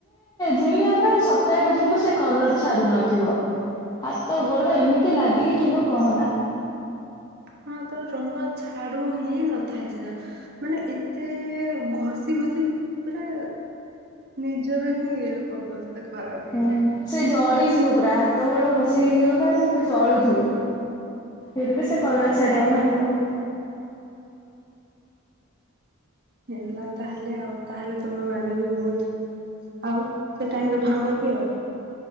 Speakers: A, on the left; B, on the right.
A: ଜିନିଆ ପାଇଁ ସପ୍ତାଏ ପର୍ଯ୍ୟନ୍ତ ସେ କଲର୍ ଛାଡୁନଥିବ। ହାତ, ଗୋଡ ଏମିତି ଲାଗିକି ଥିବ କହନା
B: ହଁ, ତ ରଙ୍ଗ ଛାଡୁ ହିଁ ନଥାଏ ସେ ଜାଗା। ମାନେ ଏତେ ଘଷି ଘଷି ପୁରା ନିଜର ହିଁ ଏ ଅବସ୍ଥା ଖରାପ
A: ହୁଁ
B: ହେଇଯାଏ।
A: ସେ ଜଳିଯିବ ପୁରା ହାତ ଗୋଡ ଘସେଇ ହେଇକି ଗଲା ଆଡୁ ଏମ୍ ଜଳୁଥିବ। ଫିର୍ ବି ସେ କଲର ଛାଡ଼ିବା ନଥିବ।
B: ହେଲା ତାହେଲେ ଆଉ ତାହେଲେ ତୁମେ ମାନେ ବି ବୋହୁତ ଆଉ ସେ ଟାଇମିରେ ଭାଙ୍ଗ ପିଅ?